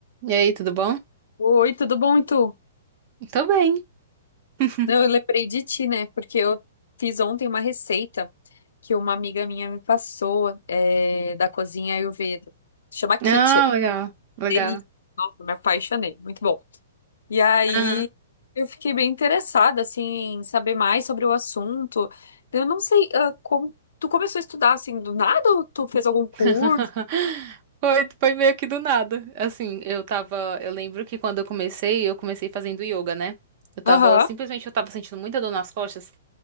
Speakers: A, on the right; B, on the left.
A: E aí, tudo bom?
B: Oi, tudo bom, e tu?
A: Tô bem. <laughs>
B: Não, eu lembrei de ti, né? Porque eu fiz ontem uma receita que uma amiga minha me passou, é, da cozinha Ayurveda. Chama Kitchen.
A: Ah, legal, legal.
B: Delícia. Nossa, me apaixonei. Muito bom. E aí
A: Aham.
B: eu fiquei bem interessada, assim, em saber mais sobre o assunto. Eu não sei, ah, como... Tu começou a estudar, assim, do nada ou tu fez algum curso?
A: <laughs> Foi, foi meio que do nada. Assim, eu tava. Eu lembro que quando eu comecei, eu comecei fazendo yoga, né? Eu tava,
B: Aham.
A: simplesmente eu tava sentindo muita dor nas costas.